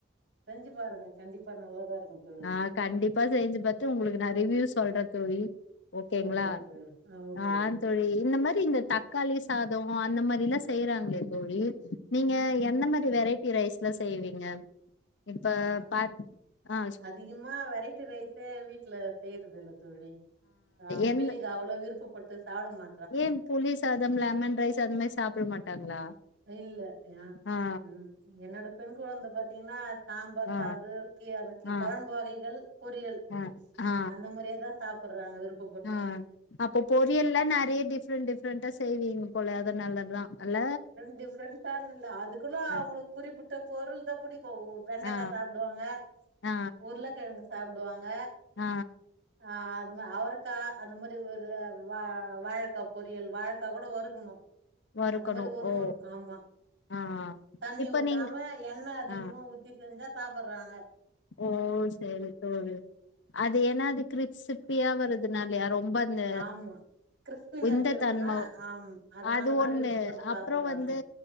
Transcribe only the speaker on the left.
ஆ கண்டிப்பா செஞ்சு பாத்து உங்களுக்கு நா ரிவ்யூ சொல்றே தோழி ஓகேங்களா
ஆ தோழி இந்த மாரி இந்த தக்காளி சாதோ அந்த மாரில்லா செய்றாங்களே தோழி நீங்க எப் எந்த மாதிரி வெரைடி ரைஸ்லா செய்வீங்க இப்ப
பாத் அ
என்
ஏ புளி சாதம் லெமன் ரைஸ் அது மாரி சாப்பட மாட்டாங்களா
ஆ
ஆ
ஆ
ஆ ஆ
ஆ அப்போ பொரியல்லா நறைய டிஃப்ரெண்ட் டிஃப்ரெண்ட்டா செய்வீங் போல அதனாலதா அல்ல
ஆ
ஆ
ஆ
ஆ
வறுக்கணு
ஓ
ஆ
இப்ப
நீங்க
ஆ
ஓ சேரி தோழி அது ஏனா அது கிரிப்சிட் ப்பியா வறதுனாலய ரொம்ப அந்த
வெந்ததன்ம
அது ஒன்னு
அப்புறோ வந்து